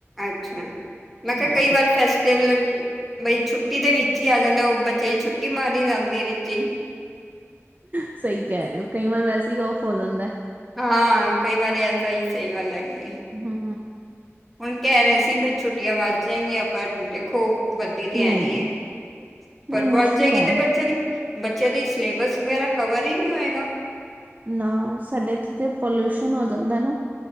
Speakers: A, in the centre; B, on the right (about 35°).
A: ਅੱਛਾ ਮੈਂ ਕਿਹਾ,
B: ਹਾਂਜੀ
A: ਕਈ ਵਾਰ ਫੈਸਟੀਵਲ ਬਈ ਛੁੱ ਛੁਟੀ ਦੇ ਵਿੱਚ ਹੀ ਆ ਜਾਂਦੇ, ਉਹ ਬੱਚੇ ਛੁੱਟੀ ਮਾਰੀ ਜਾਂਦੀ ਵਿੱਚ ਹੀ,
B: ਸਹੀ ਕਹਿ ਰਹੇ ਹੋ, ਕਈ ਵਾਰ ਵੈਸੇ ਹੀ ਔਫ ਹੋ ਜਾਂਦਾ।
A: ਹਾਂ ਕਈ ਵਾਰੀ ਐਸਾ ਹੀ ਸਹੀ ਗੱਲ ਹੈਗੀ।
B: ਹੂੰ,
A: ਹੁਣ ਕਹਿ ਰਹੇ ਸੀ ਬਈ ਛੁੱਟੀਆਂ ਵੱਧ ਜਾਏਗੀਆਂ, ਪਰਾਂ ਦੇਖੋ ਬੱਦੀ ਤੇ
B: ਨਹੀਂ
A: ਐ ਨੀ ਹੈ।
B: ਨਹੀਂ
A: ਪਰ
B: ਮੁਸ਼ਕਿਲ
A: ਵੱਲ ਜਾਏਗੀ,
B: ਹੈ
A: ਤੇ ਬੱਚਿਆਂ ਦੀ ਬੱਚਿਆਂ ਦੀ ਸਿਲੇਬਸ ਵਗੈਰਾ ਕਵਰ ਹੀ ਨਹੀਂ ਹੋਏਗਾ।
B: ਨਾ ਸਾਡੇ ਇੱਥੇ ਤੇ ਪੋਲਿਊਸ਼ਨ ਹੋ ਜਾਂਦਾ ਨਾ,